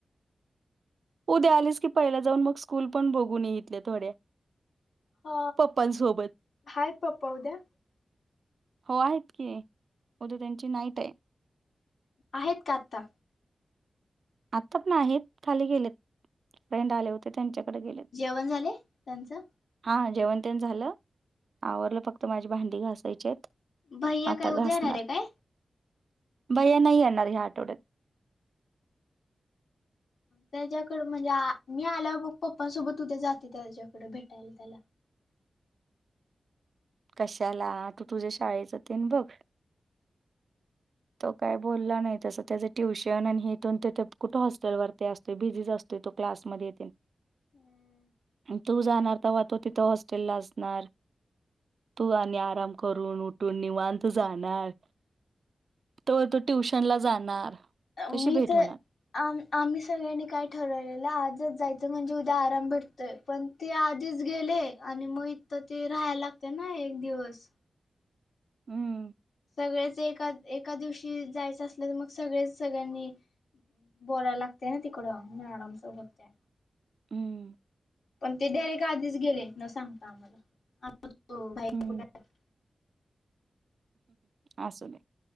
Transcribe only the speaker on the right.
उद्या आलीच की, पहिल्या जाऊन मग स्कूल पण बघून ये इतल्या थोड्या.
पप्पांसोबत,
हो आहेत की, उद्या त्यांची नाईट आहे.
आतात नाहीत, खाली गेलेत फ्रेंड आले होते त्यांच्याकडे गेले.
हा जेवण तेण झालं, आवरलं फक्त माझी भांडी घासायचीयेत.
आता
घासणार,
भया नाही येणार ह्या आठवड्यात.
कशाला, तू तुझ्या शाळच तेन बघ. तो काय बोलला नाही तस, त्याच ट्युशन आणि हिथून तिथे कुठे हॉस्टेलवररती असतो बिझी असतो. तो क्लासमध्ये येते.
तू जाणार तवा तो तिथं हॉस्टेलला असणार. तू आणि आराम करून उठून निवांत जाणार. तो <unintelligible> ट्युशन ला जाणार.
कशी
भेट
होणार
हम्म
हम्म
हम्म
असूदे,